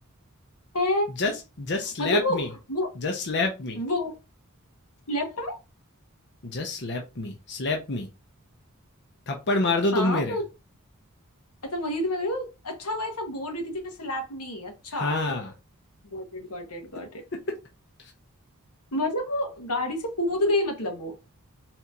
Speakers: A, on the left (about 85°); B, on the left (about 50°).
A: है
B: just just slap
A: मतलब वो
B: me
A: वो
B: just slap me
A: वो स्लैप्ड में
B: just slap me slap me थप्पड़ मार दो
A: हाँ
B: तुम मेरे
A: तो अच्छा वही तो मैं कह रही हूँ अच्छा वो ऐसा बोल रही थी जैसे स्लैप नहीं अच्छा
B: हाँ
A: Got it got it got
B: <laughs>
A: it. मतलब वो गाड़ी से कूद गई मतलब वो